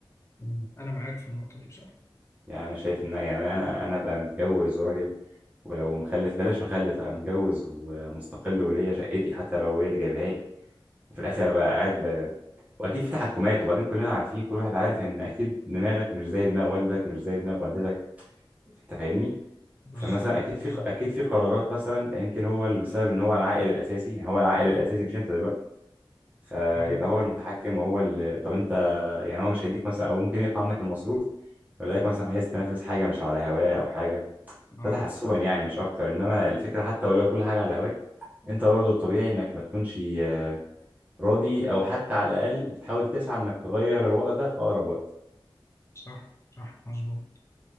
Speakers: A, on the left (about 30°); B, on the right (about 15°).
A: مم. انا معاك في النقطه دي بصراحه
B: يعني انا شايف ان يعني انا انا ابقى متجوز وراجل ولو مخلف بلاش مخلف ابقى متجوز ومستقل وليا شقتي حتى لو هي اللي جايبها لي وفي الاخر ابقى قاعد ب... واكيد في تحكمات وبعدين كلنا عارفين كل واحد عارف ان اكيد دماغك مش زي دماغ والدك مش زي دماغ والدتك انت فاهمني
A: بالظبط
B: فمثلا اكيد
A: بالظبط
B: في اكيد في قرارات مثلا يمكن هو اللي بسبب ان هو العائل الاساسي يعني هو العائل الاساسي مش انت دلوقتي فيبقى
A: اه
B: هو المتحكم وهو اللي طب انت يعني هو مش هيديك مثلا او ممكن يقطع عنك المصروف ويلاقيك مثلا عايز تنافس حاجه مش على هواه او حاجه
A: اه
B: ده تحسبا يعني مش اكتر انما الفكره حتى ولو كل حاجه على هواك انت برضه الطبيعي انك ما تكونش آه، راضي او حتى على الاقل بتحاول تسعى انك تغير الوضع ده في اقرب وقت
A: صح صح مظبوط